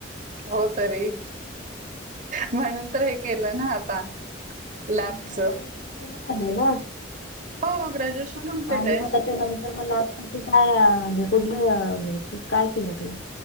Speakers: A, on the right; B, on the left.
A: हो तरी म्हणून तर हे केलं ना आता लॅबच.
B: मग ग्रॅज्युएशन पूर्ण झालं ना?
A: हो ग्रॅज्युएशन कम्प्लीट
B: आणि
A: आहे
B: मग त्याच्यानंतर मग लॅब साठी काय म्हणजे कुठलं काय केलं तू?